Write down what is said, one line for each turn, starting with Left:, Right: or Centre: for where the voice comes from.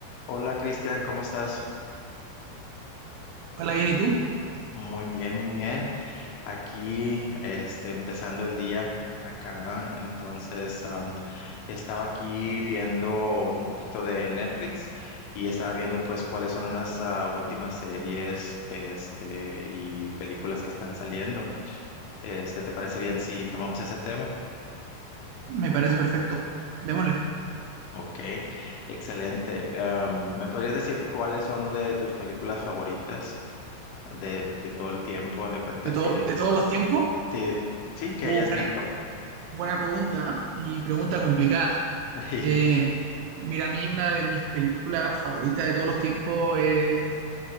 Left: Hola Cristian, ¿cómo estás?
Right: Hola, bien, ¿y tú?
Left: Muy bien, muy bien. Aquí, este, empezando el día acá. Entonces, am, estaba aquí viendo un poquito de Netflix y estaba viendo pues cuáles son las ah, últimas series, este, y películas que están saliendo. Este, ¿te parece bien si tomamos ese tema?
Right: Me parece perfecto. Démosle.
Left: Ok, excelente. Am, ¿me podrías decir cuáles son de tus películas favoritas de, de todo el tiempo? De cuenta
Right: De todo,
Left: que
Right: de todos los tiempos.
Left: Sí, sí, que
Right: Uh,
Left: hayas
Right: buena,
Left: visto.
Right: buena pregunta, ¿eh? Y pregunta complicada.
Left: <laughs>
Right: Eh, mira, a mí una de mis películas favoritas de todos los tiempos es